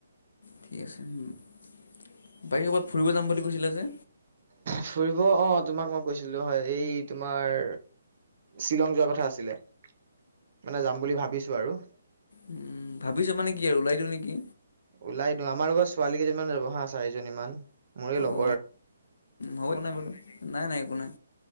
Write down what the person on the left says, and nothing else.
ঠিক আছে বাকী ক'বাত ফুৰিব যাম বুলি কৈছিলা যে
উম ভাবিছো মানে কি আৰু ওলাই দিওঁ নেকি
অ হ'ব নাই বাৰু নাই নাই একো নাই